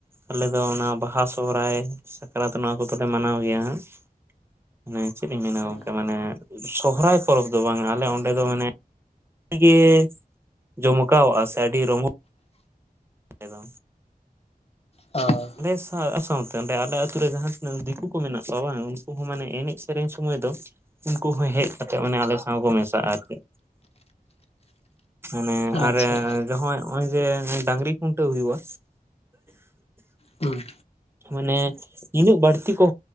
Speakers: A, on the right; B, on the left.
A: ᱟᱞᱮ ᱫᱚ ᱚᱱᱟ ᱵᱟᱦᱟ ᱥᱚᱦᱚᱨᱟᱭ ᱥᱟᱠᱨᱟᱛ ᱱᱚᱣᱟ ᱠᱚᱫᱚᱼᱞᱮ ᱢᱟᱱᱟᱣ ᱜᱮᱭᱟ ᱦᱟᱸᱜ ᱢᱟᱱᱮ ᱪᱮᱫ ᱤᱧ ᱢᱮᱱᱟ ᱜᱚᱝᱠᱮ
B: ᱚ
A: ᱢᱟᱱᱮ ᱥᱚᱦᱚᱨᱟᱭ ᱯᱚᱨᱚᱵ ᱫᱚ ᱵᱟᱝ ᱟᱞᱮ ᱚᱸᱰᱮ ᱫᱚ ᱢᱟᱱᱮ ᱟᱹᱰᱤ ᱜᱮ ᱡᱚᱢᱠᱟᱣᱜ ᱟ ᱥᱮ ᱟᱹᱰᱤ ᱨᱚᱢᱚ ᱠᱮ ᱫᱚᱝ
B: ᱚ᱾
A: ᱚᱸᱰᱮ ᱥᱟᱶ ᱥᱟᱶᱛᱮ ᱚᱸᱰᱮ ᱟᱞᱮ ᱟᱛᱩᱨ ᱨᱮ ᱡᱟᱦᱟᱸ ᱛᱤᱱᱟᱹᱜ ᱫᱤᱠᱩ ᱠᱚ ᱢᱮᱱᱟᱜ ᱠᱚᱣᱟ ᱵᱟᱝ ᱩᱱᱠᱩ ᱦᱚᱸ ᱢᱟᱱᱮ ᱮᱱᱮᱡ ᱥᱮᱨᱮᱧ ᱥᱚᱢᱚᱭ ᱫᱚ ᱩᱱᱠᱩ ᱦᱚᱸ ᱦᱮᱡ ᱠᱟᱛᱮᱜ ᱢᱟᱱᱮ ᱟᱞᱮ ᱥᱟᱶ ᱠᱚ ᱢᱮᱥᱟᱜᱼᱟ ᱟᱨᱠᱤ᱾ ᱢᱟᱱᱮ ᱟᱨᱮ
B: ᱟᱪᱪᱷᱟ
A: ᱡᱚᱦᱚᱸᱭ ᱱᱚᱜᱼᱚᱭ ᱡᱮ ᱰᱟᱺᱝᱨᱤ ᱠᱷᱩᱱᱴᱟᱹᱣ ᱦᱩᱭᱩᱜᱼᱟ
B: ᱦᱩᱸ᱾
A: ᱢᱟᱱᱮ ᱱᱤᱱᱟᱹᱜ ᱵᱟᱹᱲᱛᱤ ᱠᱚ